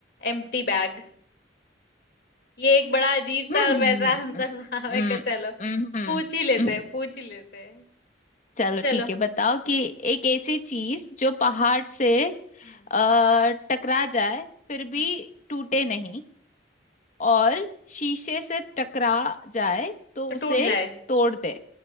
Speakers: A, on the left; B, on the left.
A: Empty bag ये एक बड़ा अजीब सा
B: हम्म,
A: और वैसा <laughs> आंसर था मैं
B: हम्म,
A: कहा चलो
B: हम्म,
A: पूछ ही लेते
B: हम्म।
A: हैं पूछ ही लेते हैं
B: चलो
A: चलो
B: ठीक है बताओ कि एक ऐसी चीज जो पहाड़
A: हम्म
B: से
A: हम्म
B: अ, टकरा जाए फिर
A: हम्म।
B: भी टूटे नहीं और शीशे से टकरा जाए तो
A: तो
B: उसे
A: टूट जाए
B: तोड़ दे